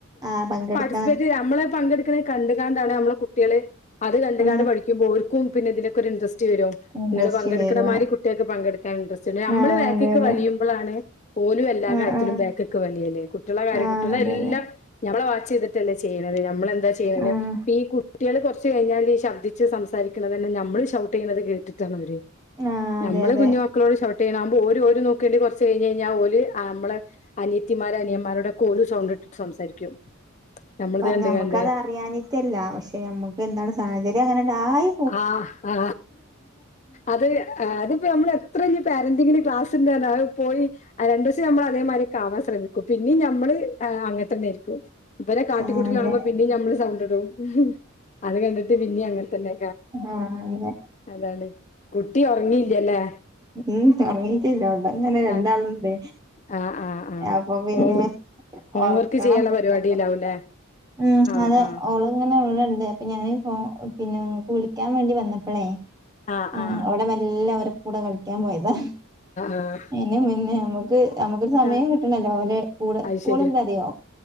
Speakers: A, on the right; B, on the left.
A: ആ, പങ്കെടുക്ക
B: റെസ്‌പെക്ട് നമ്മളെ പങ്കെടുക്കുന്നത് കണ്ടുകാണ്ടാണ് നമ്മളെ കുട്ടികള് അത് കണ്ടുകാണ്ട്
A: ആ
B: പഠിക്കുമ്പോൾ ഓര്ക്കു പിന്നെതിലൊക്കെ ഒരു ഇൻറസ്റ്റ് വരും.
A: ഇൻട്രസ്റ്റ്
B: നിങ്ങള് പങ്കെടുക്കണമാതിരി
A: വരുവാ
B: കുട്ട്യക്ക് പങ്കെടുക്കാൻ ഇൻട്രസ്റ്റ്ണ്ട്. നമ്മള്
A: ആ
B: ബാക്ക്ക്ക്
A: അതെ അതെ
B: വലിയുമ്പളാണ് ഓലും എല്ലാ
A: ആ
B: കാര്യത്തിലും
A: ആ
B: ബേക്‌ക്ക് വലിയും, കുട്ടികളെ കാര്യത്തിൽ
A: ആ
B: കുട്ടികളെല്ലാം
A: അതെ അതെ
B: ഞമ്മളെ വാച്ച് ചെയ്തിട്ടല്ലെ ചെയ്യണത്, നമ്മളെന്താ ചെയ്യണത്,
A: ഉം
B: ഇപ്പ ഈ കുട്ടികള് കൊർച്ച് കഴിഞ്ഞാൽ ഈ ശബ്ദ ശബ്തിച് സംസരിക്കണന്നെ നമ്മള് ഷൗട്ട് ചെയ്യുന്നത് കേട്ടിട്ടാണ്.,
A: ആഹ് അതെ
B: ഞമ്മള്
A: അതെ
B: കുഞ്ഞ്മ മക്കളോട് ഷൗട്ട് ചെയ്യണാവുമ്പോ, ഓല് ഓര് നോക്കേണ്ടി കൊർച്ച് കഴിഞ് കഴിഞാൽ ഓല് നമ്മളെ അനിയത്തിമാര അനിയന്മാരോടൊ ക്കോലും സൗണ്ട് ഇട്ടിട്ട് സംസാരിക്കും. നമ്മളിത് കണ്ട്
A: ഞമ്മക്കത്
B: കണ്ട്
A: അറിയാഞ്ഞിട്ടല്ല, പക്ഷെ മ്മക്ക് എന്താണ് സാഹചര്യം അങ്ങനെടായി
B: ആ,, ആ, അത് അതിപ്പോ നമ്മളെ എത്ര വലിയ പാരന്റിങ്ങിന് ക്ലാസ്സ്ടുതന്ന അത് പോയി- രണ്ടു ദിവസം നമ്മൾ അതേമാതിരിയൊക്കെ ആവാൻ ശ്രമിക്കും. പിന്നെയും ഞമ്മള് അങ്ങനെ തന്നെയായിരിക്കും. ഇവരെ കാട്ടിക്കൂട്ടൽ
A: ആഹ് അതെ
B: കാണുമ്പോ പിന്നേം ഞമ്മള് സൗണ്ട് ഇടും. അത് കണ്ടിട്ട് പിന്നേം അങ്ങനെ തന്നെ
A: ആഹ് അതെ
B: <unintelligible> കുട്ടി ഒറങ്ങിയില്ല അല്ലേ
A: ഉം ഉറങ്ങയിട്ടില്ല അവിടെ അത് അങ്ങനെ രണ്ടാളുണ്ട്
B: ആഹ് ആഹ് ആഹ് ആഹ്
A: അപ്പൊ പിന്നെ
B: ഓൻ ഹോംവർക്ക്
A: ഒറക്കണം
B: ചെയ്യാനുള്ള
A: കൊണ്ട്
B: പരിപാടിയിലാവൂലേ
A: ഉം
B: ആഹ്
A: അതെ
B: ആഹ്
A: ഓള് - ഞാന് ഇവിടെ ഇണ്ട് അപ്പൊ ഞാന് പിന്നെ കുളിക്കാൻ വേണ്ടി വന്നപ്പളെ -
B: ആഹ്
A: ഉം
B: ആഹ്
A: അവിടെ മെല്ലെ ഓരെ കൂടെ കളിക്കാൻ പോയതാ
B: ആഹ്
A: ഇതിന് മുന്നേ നമ്മക്ക് നമുക്ക് സമയം
B: ആഹ്
A: കിട്ടണല്ലോ ഓലെ കൂടെ
B: അത്
A: കൂടെ
B: ശരി
A: എന്താ അറിയോ